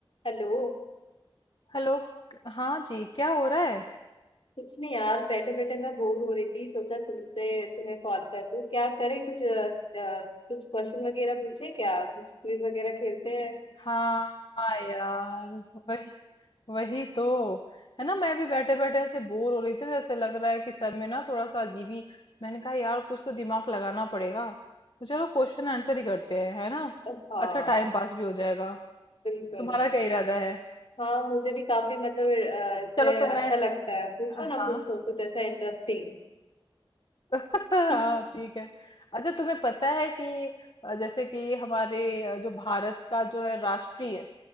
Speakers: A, on the left (about 70°); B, on the left (about 60°).
A: Hello
B: Hello हाँ जी क्या हो रहा है
A: कुछ नहीं यार बैठे बैठे मैं बोर हो रही थी सोचा तुमसे तुम्हें कॉल कर लूं क्या करें कुछ अ, अ, कुछ क्वेश्चन वगैरह पूछे क्या कुछ क्विज वगैरह खेलते हैं
B: हाँ यार वही वही तो है ना मैं भी बैठे बैठे ऐसे बोर हो रही थी जैसे लग रहा है कि सर में ना थोड़ा सा अजीब ही मैंने कहा यार कुछ तो दिमाग लगाना पड़ेगा तो चलो क्वेश्चन आंसर ही करते हैं है ना
A: हाँ
B: अच्छा टाइम पास भी हो जाएगा
A: बिल्कुल
B: तुम्हारा क्या इरादा है
A: हाँ मुझे भी काफी मतलब अ, इसमें
B: चलो तो
A: अच्छा
B: मैं
A: लगता है पूछो
B: हाँ
A: ना पूछो कुछ ऐसा इंटरेस्टिंग
B: <laughs> हाँ
A: <laughs>
B: ठीक है अच्छा तुम्हें पता है कि अ, जैसे कि हमारे अ, जो भारत का जो है राष्ट्रीय